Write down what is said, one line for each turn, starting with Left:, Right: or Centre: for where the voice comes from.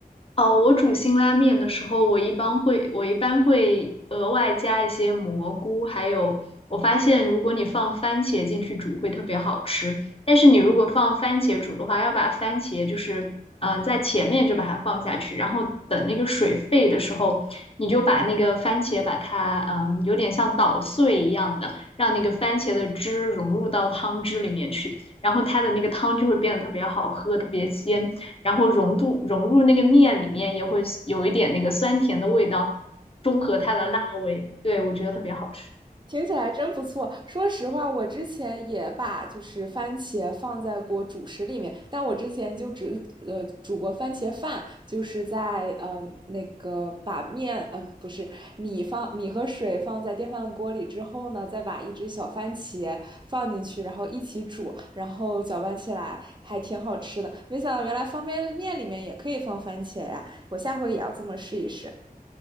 Left: 哦，我煮辛拉面的时候，我一般会，我一般会额外加一些蘑菇，还有我发现，如果你放番茄进去煮会特别好吃。但是你如果放番茄煮的话，要把番茄就是，嗯、呃在前面就把它放下去，然后等那个水沸的时候，你就把那个番茄把它，嗯，有点像捣碎一样的，让那个番茄的汁融入到汤汁里面去，然后它的那个汤就会变得特别好喝，特别鲜。然后融度融入那个面里面，也会有一点那个酸甜的味道，中和它的辣味。对，我觉得特别好吃。
Right: 听起来真不错。说实话，我之前也把就是番茄放在过主食里面，但我之前就只呃煮过番茄饭，就是在呃那个把面呃不是米放米和水放在电饭锅里之后呢，再把一只小番茄放进去，然后一起煮，然后搅拌起来，还挺好吃的。没想到原来方便面里面也可以放番茄呀！我下回也要这么试一试。